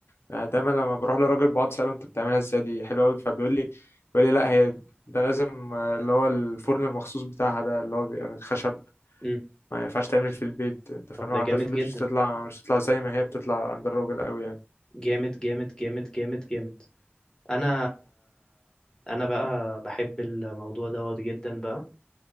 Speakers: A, on the left; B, on the left.
A: يعني دايما لما بروح لراجل بقعد أسأله أنت بتعملها إزاي دي حلوة أوي فبيقول لي بيقول لي لا هي ده لازم آه، اللي هو الفرن المخصوص بتاعها ده اللي هو بيبقى من خشب
B: م?
A: ما ينفعش تعمل في البيت أنت
B: طب
A: فاهم لو
B: ده
A: عملتها
B: جامد
A: في البيت
B: جدا
A: مش هتطلع مش هتطلع زي ما هي بتطلع عند الراجل أوي يعني
B: جامد جامد جامد جامد جامد انا انا بقى بحب الموضوع دوت جدا بقى